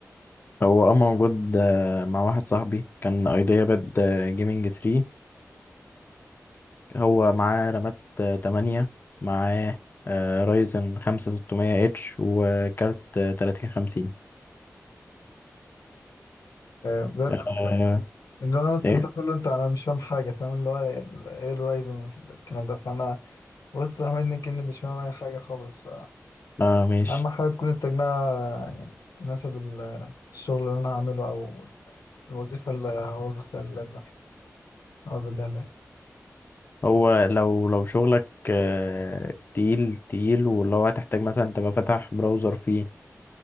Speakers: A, on the left; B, on the left.
A: هو أه موجود آه، مع واحد صاحبي كان أيديا باد جيمنج 3 هو معاه رامات آه، 8 معاه آه، رايزن 5600 اتش وكارت آه، 3050
B: آه، بجد
A: آه
B: أنا يعني اللي انا قلت
A: ايه
B: تقول له انت انا مش فاهم حاجه فاهم اللي هو ايه الرايزون والكلام ده فانا بص عاملني كأني مش فاهم اي حاجه خالص
A: اه ماشي
B: اهم حاجه تكون التجميعة يعني تناسب ال- الشغل اللي انا هعمله او الوظيفه اللي هوظف فيها اللاب ده هوظف بيها اللاب
A: هو لو لو شغلك آه تقيل تقيل واللي هو هتحتاج مثلا تبقى فاتح براوزر فيه